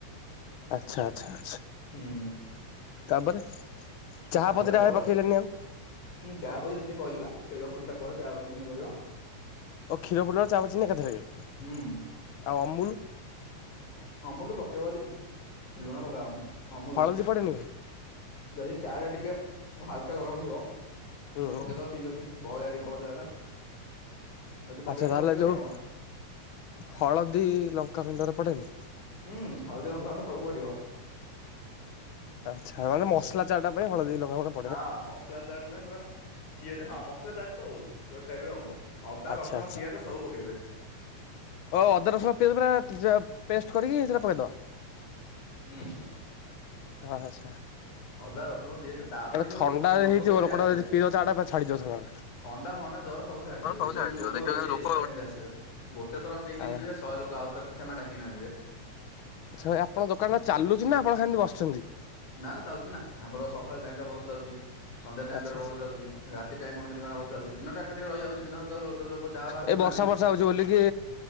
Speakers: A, on the left (about 55°); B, on the left (about 85°).
A: ଆଚ୍ଛା ଆଚ୍ଛା।
B: ହୁଁ।
A: ତାପରେ ଚାହା
B: ଛାଣିଦେଲା
A: ପତି ଟା
B: ପରେ
A: ଭାଈ ପକେଇଲେନି ଆଉ?
B: ହୁଁ ଚା ପତି ଚିନି କହିଲି ବା କ୍ଷୀର ଫୁଟିଲା ପରେ ଚା ପତି ଚିନି ପକେଇବ।
A: ଓ କ୍ଷୀର ଫୁଟିଲା ବେଳକୁ ଚାପ ପତି ଚିନି ଏକାଥରକେ
B: ହୁଁ
A: ଆଉ ଅମୁଲୁ?
B: ଅମୁଲ ପକେଇବ ଯଦି ଲୁଣ ପକାହବନି ଅମୁଲ
A: ହଳଦୀ ପଡେନି ଭାଇ
B: ଯଦି ଚା ଟା ଟିକେ ହାଲକା ଗରମ ଥିବ
A: ହୁଁ
B: ଅମୁଲୁ ପକେଇଦବ ଠିକ ଅଛି ବହଲିଆ ଟିକେ ହବ ଚା ଟା। ଯଦି ପକେଇବେନି
A: ଆଚ୍ଛା ତାହେଲେ
B: ପକେଇବେନି
A: ଯୋଉ
B: ଆଉ।
A: ହଳଦୀ ଲଙ୍କାଗୁଣ୍ଡ ଉଡା ପଡେନି?
B: ହୁଁ ହଳଦୀ ଲଙ୍କା ଗୁଣ୍ଡ ସବୁ ପଡିବ।
A: ଆଚ୍ଛା ମାନେ ମସଲା ଚାହା ଟା ପାଇଁ ହଳଦୀ ଲଙ୍କା ଗୁଣ୍ଡ
B: ହଁ ମସଲା ଚାହା ନାହିଁ ପୂରା ଇଏରେ ହଁ ମସଲା ଚାହା ହଉ ଗୋଟେ ଟାଇପ ର ଅଦା
A: ଆଚ୍ଛା
B: ରସୁଣ
A: ଆଚ୍ଛା
B: ପିଆଜ ସବୁ ପକେଇବେ।
A: ଓ ଅଦା ରସୁଣ ପିଆଜ ପୂରା ପେଷ୍ଟ କରିକି ସେଇଟା ପକେଇଦବା।
B: ହୁଁ।
A: ଆଛା
B: ଅଦା ରସୁଣ ପିଆଜ ତାପରେ ଦେଖିବ
A: ଥଣ୍ଡା
B: ଲୋକ ଲୋକ
A: ହେଇଥିବ
B: କେମିତି
A: ଲୋକଟା
B: ଆସିବେ।
A: ଯଦି ପିଇବ ଚାହା ଟା ପୁରା ଛାଡିଯିବ ଥଣ୍ଡା ଟା।
B: ଥଣ୍ଡା ଫଣ୍ଡା ଜର ସବୁ ଛାଡ଼ିଯିବ
A: ହଁ ସବୁ
B: ଦେଖିବ
A: ସାହାଯ୍ୟ
B: ଲୋକ
A: ଦେଖିବା
B: କେମିତି
A: ଲୋକ
B: ଏକ୍ସଟା କେମିତି ଆସିବେ ଗୋଟେ ଥର ପିଇକି
A: ଆ
B: ଯିବେ ସହେ ଲୋକ ଆଉରି ତଥା <inaudible> ଦାକିକି ନା ଆଣିବେ
A: ଆଚ୍ଛା ଭାଈ ଆପଣଙ୍କ ଦୋକାନ ଟା ଚାଲୁଛି ନା ଆପଣ ଖାଲି ଇମିତି ବସୁଛନ୍ତି?
B: ନା ନା ଚାଲୁଛି ନା ଆମର ସକାଳ ଟାଇମ ଟା ଭଲ ଚାଲୁଚି ସନ୍ଧ୍ୟା ଟାଇମ
A: ଆଚ୍ଛା
B: ଟା ରେ ଭଲ ଚାଲୁଚି ରାତି ରାତି ଟାଇମ ଘଣ୍ଟା ଦୁଇ ଘଣ୍ଟା ଭଲ ଚାଲିଛି ଦିନ ଟାଇମ୍ ଟିକେ ରହିଯାଉଛି ଦିନ ଟାଇମ ରେ ଲୋକ ଚାହା ପାହା
A: ଏଇ
B: ପିଉନାହାନ୍ତି।
A: ବର୍ଷା ବର୍ଷା ହଉଛି ବୋଲିକି